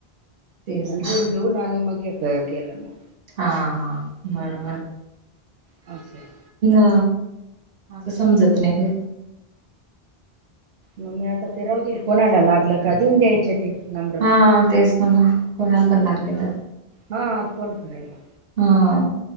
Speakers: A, on the right; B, on the right.
A: तेच ना
B: लून लून आणि मग केलं मग
A: हा हा बरोबर
B: पाश आहे
A: ना आ समजत नाही ते
B: मग मी आता ते राह दे कोणाला लागलं का देऊन द्यायचे ते नम्र
A: हा तेच ना म कोणाला पण लागले तर
B: हा फोन करायला
A: हा